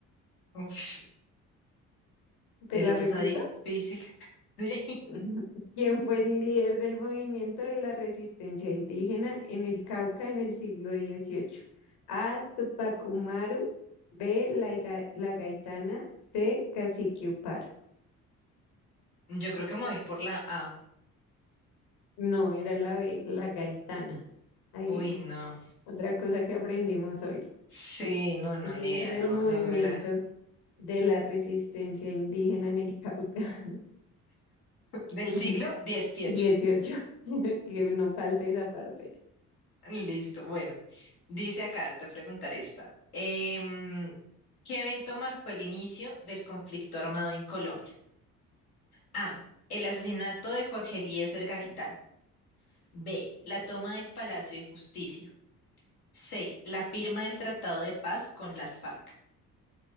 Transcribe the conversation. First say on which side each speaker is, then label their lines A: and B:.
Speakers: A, on the left (about 80°); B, on the left (about 60°).
A: Uf.
B: ¿Te
A: Esa
B: la
A: está
B: repito?
A: difícil. <laughs> Sí.
B: <laughs> quien fue el líder del movimiento de la resistencia indígena en el Cauca en el siglo dieciocho? A. Tupac Amaru, B. La, Iga- la Gaitana, C. Cacique Upar.
A: Yo creo que me voy a ir por la A.
B: No, era la B, la Gaitana. Ahí
A: Uy, no.
B: otra cosa que aprendimos hoy.
A: Sí, no, no, ni
B: Líder
A: idea,
B: del
A: no,
B: movimiento
A: no logra.
B: de la resistencia indígena en el Cauca.
A: Del
B: <laughs>
A: siglo dieciocho.
B: dieciocho. <laughs> Que no falte esa parte.
A: Listo, bueno. Dice acá, te voy a preguntar esta. Em, ¿qué evento marcó el inicio del conflicto armado en Colombia? A. El asesinato de Jorge Eliezer Gaitán. B. La toma del Palacio de Justicia. C. La firma del Tratado de Paz con las FARC.